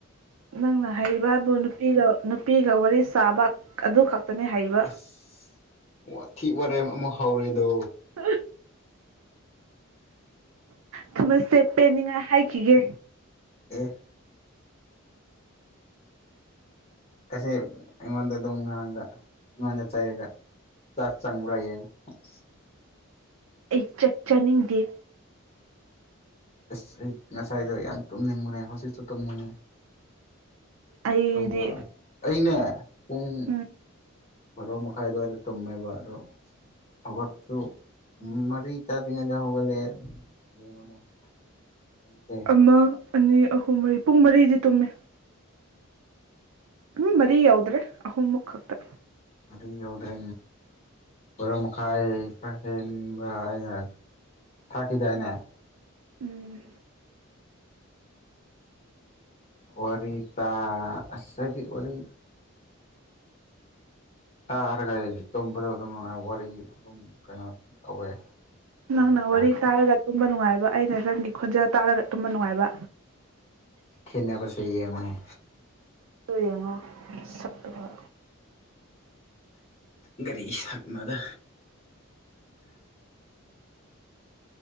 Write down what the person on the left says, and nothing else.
ꯑꯁ ꯋꯥꯊꯤ ꯋꯥꯔꯦꯝ ꯑꯃꯨꯛ ꯍꯧꯔꯦꯗꯣ
ꯑꯦ ꯍꯣꯏ ꯑꯁꯤꯁꯦ ꯑꯩꯉꯣꯟꯗ ꯑꯗꯨꯝ ꯉꯥꯡꯉꯒ ꯑꯩꯉꯣꯟꯗ ꯆꯩꯔꯒ ꯆꯥꯛ ꯆꯪꯕ꯭ꯔꯥ ꯌꯦꯡꯉꯨ ꯑꯁ
ꯑꯁ ꯑꯩ ꯉꯁꯥꯏꯗꯣ ꯌꯥꯝ ꯇꯨꯝꯅꯤꯡꯉꯨꯔꯦ ꯍꯧꯖꯤꯛꯁꯨ ꯇꯨꯝꯅꯤꯡꯉꯦ
ꯑꯗꯨꯃ ꯑꯩꯅꯦ ꯄꯨꯡ
ꯕꯥꯔꯣ ꯃꯈꯥꯏ ꯑꯗꯨꯋꯥꯏꯗ ꯇꯨꯝꯃꯦꯕ ꯑꯗꯣꯨꯝ ꯍꯧꯒꯠꯄꯁꯨ ꯃꯔꯤ ꯇꯥꯗ꯭ꯔꯤꯉꯩꯗ ꯍꯧꯒꯠꯂꯑꯦ ꯌꯦꯡꯉꯨꯅꯦ ꯄꯨꯡꯁꯦ
ꯑꯗꯨ ꯌꯧꯗ꯭ꯔꯦ ꯕꯣꯔ ꯃꯈꯥꯏ ꯈꯥ ꯍꯦꯟꯕ꯭ꯔ ꯑꯅ ꯊꯥꯛꯈꯤꯗꯥꯏꯅꯦ
ꯋꯥꯔꯤꯔ ꯇꯗꯤ ꯋꯥꯔꯤꯔꯔꯤ ꯑ ꯍꯔꯒꯥꯏ ꯇꯝꯕ ꯑꯗꯨ ꯑꯗꯨ ꯅꯨꯡꯥꯏ ꯋꯥꯔꯤ ꯑꯗꯨꯝ ꯀꯩꯅꯣ ꯑꯗꯨꯝ ꯇꯧꯋꯦ ꯑꯗꯨꯒꯤ
ꯈꯔ
ꯈꯦꯅꯕꯁꯦ ꯌꯦꯡꯉꯨ ꯍꯥꯏ
ꯀꯔꯤ ꯁꯛꯅꯣꯗ